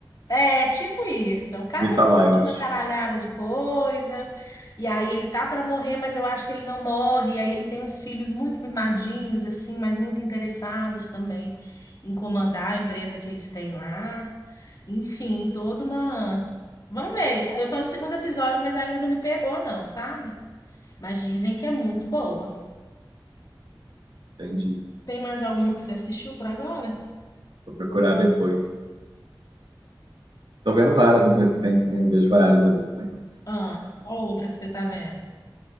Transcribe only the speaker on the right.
Vi falar,
eu acho.
Entendi.
Vou procurar depois. Tô vendo várias ao mesmo tempo, né? Eu vejo várias ao mesmo tempo.